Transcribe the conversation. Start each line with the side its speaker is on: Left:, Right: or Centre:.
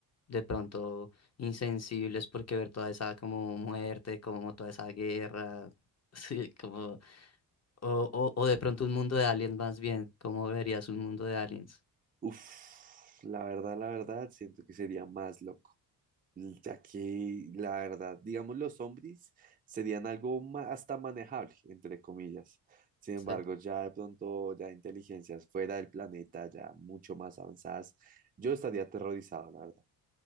Left: de pronto insensibles, porque ver toda esa como muerte, como toda esa guerra, <laughs> sí, como, o, o, o de pronto un mundo de aliens más bien, ¿cómo verías un mundo de aliens?
Right: Uf, la verdad, la verdad, siento que sería más loco, ya que la verdad, digamos, los zombies serían algo ma- hasta manejable, entre comillas. Sin
Left: Sí.
Right: embargo, ya de pronto, ya inteligencias fuera del planeta, ya mucho más avanzadas, yo estaría aterrorizado, la verdad.